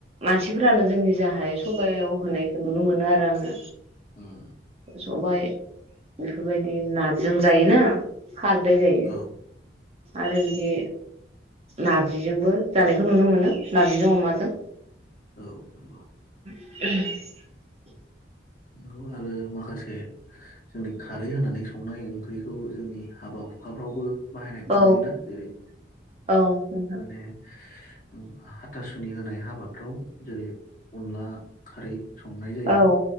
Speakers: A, on the right; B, on the left.
A: मानसिफोरानो जोंनि जाहाय सबायाव होनायखौ नुनो मोनो आरो आङो।
B: उम
A: सबाय बेफोरबायदि नाजों जायोना। खारदै जायो।
B: औ
A: आरो बिदि नारजिजोंबो जानायखौ नुनो मोनो नार्जिजों अमाजों
B: औ नंगौ।
A: <unintelligible>
B: नंगौ आरो माखासे जोंनि खारै होनानै संनाय ओंख्रिखौ जोंनि हाबा हुखाफ्रावबो बाहायनायखौ
A: औ
B: नुयोना जेरै
A: औ नोंथां
B: माने <unintelligible> तासुनि होनाय हाबाफ्राव जेरै अनला खारै संनाय जायो।
A: औ